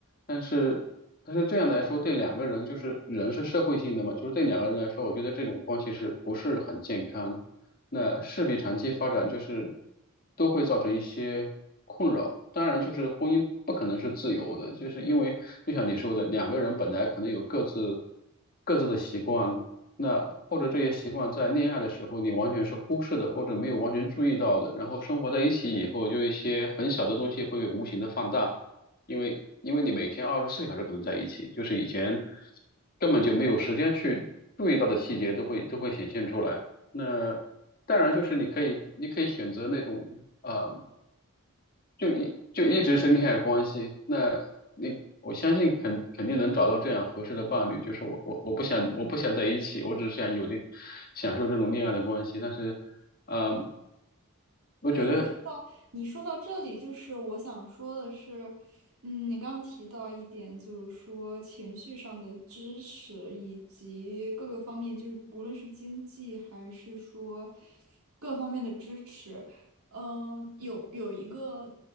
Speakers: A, on the left; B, on the right.
A: 但是，但是这样来说，对两个人就是人是社会性的嘛，就是对两个人来说，我觉得这种关系是不是很健康？那势必长期发展就是都会造成一些困扰。当然，就是婚姻不可能是自由的，就是因为就像你说的，两个人本来可能有各自各自的习惯，那或者这些习惯在恋爱的时候你完全是忽视的，或者没有完全注意到的，然后生活在一起以后，就一些很小的东西会无形的放大，因为因为你每天二十四小时可能在一起，就是以前根本就没有时间去注意到的细节都会都会显现出来。那当然就是你可以你可以选择那种。呃。就一就一直是恋爱关系，那你我相信肯肯定能找到这样合适的伴侣。就是我我我不想我不想在一起，我只是想有这享受这种恋爱的关系。但是，嗯，我觉得，
B: 对，你说到你说到这里，就是我想说的是，嗯，你刚刚提到一点，就是说情绪上的支持，以及各个方面，就是无论是经济还是说各方面的支持，嗯，有有一个